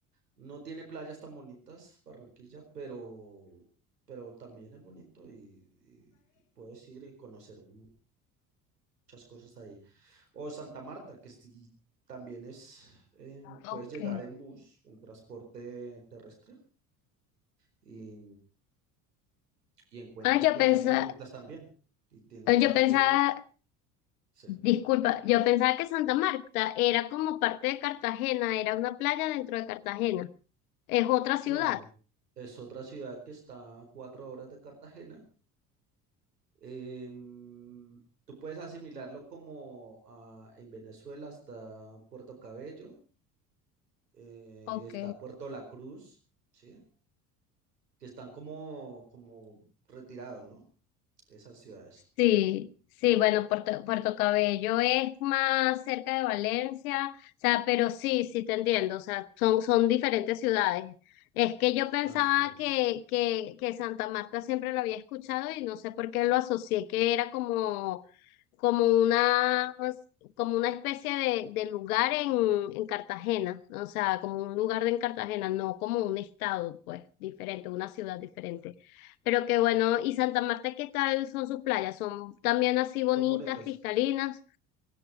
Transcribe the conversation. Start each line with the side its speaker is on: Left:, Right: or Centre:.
Right: no tiene playas tan bonitas, Barranquilla, pero, pero también es bonito y, y puedes ir y conocer muchas cosas ahí. O Santa Marta, que sí, también es, em,
Left: ok.
Right: puedes llegar en bus, en transporte terrestre, y, y encuentras
Left: Ah, yo
Right: playas
Left: pensaba,
Right: muy bonitas también. Y tiene un parque,
Left: yo pensaba
Right: sí.
Left: Disculpa, yo pensaba que Santa Marta era como parte de Cartagena, era una playa dentro de Cartagena, es otra ciudad.
Right: No, es otra ciudad que está a cuatro horas de Cartagena Em, tú puedes asimilarlo como a- en Venezuela está Puerto Cabello, eh,
Left: Ok.
Right: y está Puerto La Cruz, ¿sí? Que están como, como retirados, ¿no? Esas ciudades.
Left: Sí, sí, bueno, Puerto, Puerto Cabello es más cerca de Valencia, o sea, pero sí, sí te entiendo, o sea, son, son diferentes ciudades. Es que yo pensaba
Right: Así es.
Left: que, que, que Santa Marta siempre lo había escuchado y no sé por qué lo asocié, que era como como una, como una especie de, de lugar en, en Cartagena, o sea, como un lugar de en Cartagena, no como un estado, pues, diferente, una ciudad diferente. Pero que bueno, ¿y Santa Marta qué tal son sus playas? ¿Son también así bonitas,
Right: Son bonitas.
Left: cristalinas?